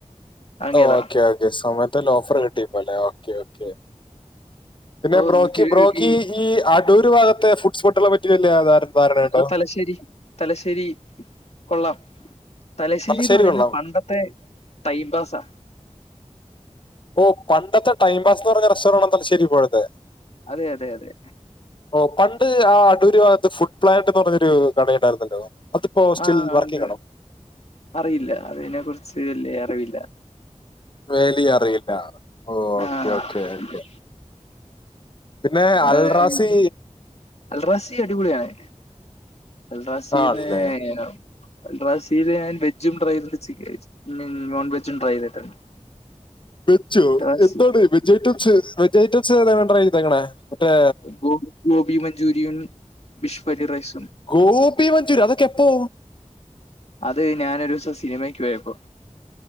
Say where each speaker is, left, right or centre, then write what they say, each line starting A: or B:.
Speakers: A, on the left; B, on the left.
A: വാങ്ങിയതാ
B: ഓക്കേ ഓക്കെ സോമ്മാടോല് ഓഫർ കിട്ടിപ്പോ അല്ലെ. Okay okay. പിന്നെ
A: ഓ
B: ബ്രോക്കി
A: നൂറ്റി ഇരുപത്
B: ബ്രോക്കി
A: രൂപയ്ക്ക്
B: ഈ അടൂര് ഭാഗത്തെ ഫുഡ്സ് ഹോട്ടലെ പറ്റി വല്യ ധാരണ
A: അത്
B: ഉണ്ടോ
A: തലശ്ശേരി, തലശ്ശേരി കൊള്ളാം. തലശ്ശേരിന്ന്
B: തലശ്ശേരി
A: പറയുന്നത്
B: കൊള്ളാം
A: പണ്ടത്തെ ടൈം പാസാ.
B: ഓ പണ്ടത്തെ ടൈം പാസ്ന്ന് പറഞ്ഞ റെസ്റ്റോറൻറ് ആണല്ല തലശേരി <unintelligible>
A: അതെ അതെ അതെ.
B: ഓ പണ്ട് ആ അടൂര് ഭാഗത്ത് ഫുഡ് പ്ലാന്റ് എന്ന് പറഞ്ഞൊരു കടയുണ്ടായിരുന്നല്ലോ. അതിപ്പോ സ്റ്റിൽ
A: ആ
B: വർക്കിംഗ്
A: ഉണ്ട്.
B: ആണോ
A: അറിയില്ല, അതിനെ കുറിച്ച് വലിയ അറിവില്ല.
B: വേലിയ അറിയില്ല. ഓക്കെ
A: ആഹ്.
B: ഓക്കെ ഓക്കെ പിന്നെ അൽറാസി
A: ഏഹ് അൽറാസി അടിപൊളിയാ <unintelligible> അൽരാസിന്നു
B: ആണല്ലേ
A: <unintelligible> അൽറാസിയില് ഞാൻ വെജും ട്രൈ ചെയ്തിട്ടുണ്ട്. ച് ചി നോൺ വെജും ട്രൈ ചെയ്തിട്ടുണ്ട്. <inaudible>
B: വെജ്
A: ഡ്രാസി
B: എന്താണ് വെജ് ഐറ്റംസ് വെജ് ഐറ്റംസ് ഏതാ ട്രൈ ചെതേക്കണെ. മറ്റേ,
A: ഗോ ഗോബി മഞ്ചൂരിയൻ, ബിഷ്ഫലി റൈസും.
B: ഗോപി മഞ്ചൂരി അതൊക്കെ എപ്പോ?
A: അതെ ഞാനൊരു ദിവസം സിനിമക്ക് പോയപ്പോ.